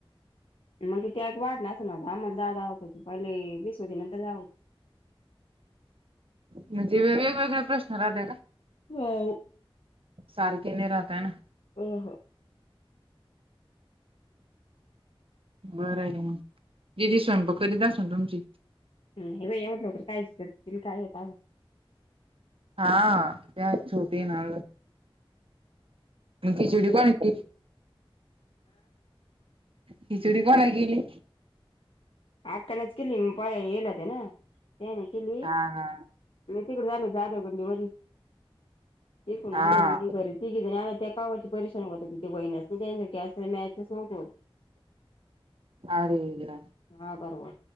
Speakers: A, on the left; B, on the right.
A: मग ते एक वाढलं असेल आम्हाला दहा दहा होते हो पहिले वीस होते नंतर दहा होतें. <unintelligible>
B: म्हणजे वेगळे वेगळे प्रश्न राहत्या का?
A: हो
B: सारखे के नाही राहता ह ना.
A: हो हो. <unintelligible>
B: बरं आहे मग दिदी स्वयंपाक करत असाल तुमची
A: ह एवढं लवकर काय करती काय येत
B: हा त्या छोटी ना. खिचडी कोना केली? खिचडी कोणा केली.
A: अक्कालाच केली होती पोळ्या होत्या ना त्या नाही केली
B: हा हा
A: मी तिकडे झालले आजा गांधी मध्ये तिकुणआले
B: हा
A: मग घरी तिघीजणी आल्या होत्या. त्या कावरती परिश्रम होत तिे बणस नाही त्याच्यासाठी <unintelligible> मॅचेस नव्हते होतं
B: अरे देवा
A: हा आदरवर